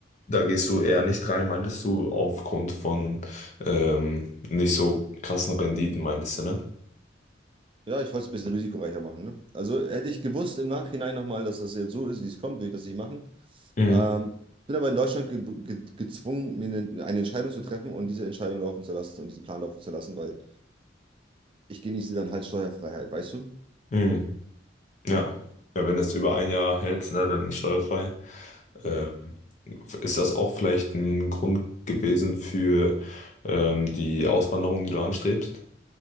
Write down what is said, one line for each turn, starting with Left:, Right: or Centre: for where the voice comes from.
Left: Da gehst du eher nicht rein, meintest du, aufgrund von ähm, nicht so krassen Renditen, meintest du, ne?
Right: Ja, ich wollte es ein bisschen risikoreicher machen. Ne? Also hätte ich gewusst im Nachhinein nochmal, dass das jetzt so ist, wie es kommt, würde ich das nicht machen.
Left: Mhm.
Right: Ähm, bin aber in Deutschland ge ge gezwungen, mir eine, eine Entscheidung zu treffen und diese Entscheidung laufen zu lassen und diesen Plan laufen zu lassen, weil ich genieße dann halt Steuerfreiheit, weißt du?
Left: Mhm. Ja. Ja, wenn du es über ein Jahr hält, ne, dann ist steuerfrei.
Right: Genau.
Left: Ähm, ist das auch vielleicht ein Grund gewesen für ähm, die Auswanderung, die du anstrebst?